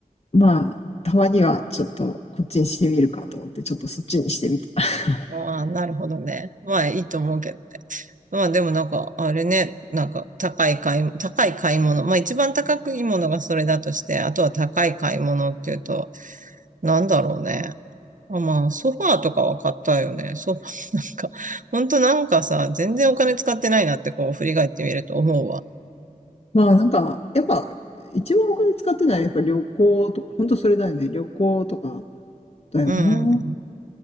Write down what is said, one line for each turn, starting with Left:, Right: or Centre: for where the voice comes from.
Left: まあ、たまにはちょっとこっちにしてみるかと思って、ちょっとそっちにしてみた。<laughs>
Right: ああ、なるほどね。まあ、いいと思うけど。まあでもなんか、あれね、なんか高い買い、高い買い物。まあ一番高くいいものがそれだとして、あとは高い買い物っていうと、なんだろうね。あ、まあソファーとかは買ったよね。ソファー <laughs> なんか、ほんとなんかさ、全然お金使ってないなってこう振り返ってみると思うわ。
Left: まあなんか、やっぱ、一番お金使ってないのはやっぱ旅行とか、ほんとそれだよね。旅行とかだよな。
Right: うん。